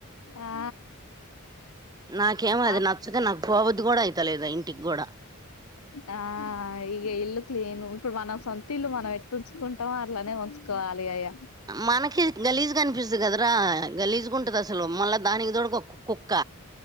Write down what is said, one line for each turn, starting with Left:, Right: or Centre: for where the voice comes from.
Left: ఆ
Right: నాకేమో
Left: ఆ
Right: అది నచ్చక నాకు పోవద్దు కూడా అయితలేదు ఇంటికి. గూడ
Left: ఆ ఈగ ఇల్లు క్లీన్ ఇప్పుడు మన సొంతిల్లు మనం ఎట్టు ఉంచుకుంటామో అట్లనే ఉంచుకోవాలి. అయ్యా
Right: మనకి గలీజ్ కనిపిస్తుంది కదరా. గలీజు ఉంటది అసలు మళ్ళా దానికి తోడుగా ఒక కుక్క